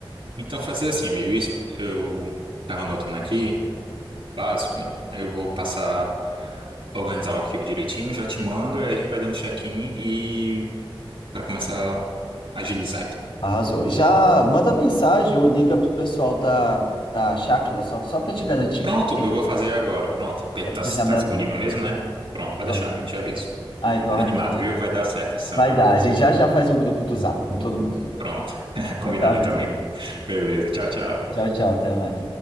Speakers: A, on the right; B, on the left.
A: Então, fazer assim, amigo. Isso, eu tava anotando aqui, básico. Aí eu vou passar. organizar o arquivo direitinho, já te mando, aí a gente vai dando check-in e para começar a agilizar, então.
B: Arrasou. Já manda mensagem ou liga pro pessoal da, da chácara só, só pra gente garantir
A: Pronto,
B: que tem.
A: eu vou fazer agora. Pronto, perguntar
B: né? Você
A: se
B: já
A: está
B: me
A: disponível
B: avisa.
A: mesmo, né? Pronto, pode
B: Uhum.
A: deixar, amigo, te aviso.
B: Ah, então
A: Pois
B: arrasou.
A: animado, viu? Vai dar certo esse São
B: Vai
A: João.
B: dar. A gente já já faz um grupo do Zap com todo mundo.
A: Pronto. <laughs> Combinado
B: Então tá bom,
A: então, amigo.
B: gente.
A: Beleza, tchau, tchau.
B: Tchau, tchau, até mais.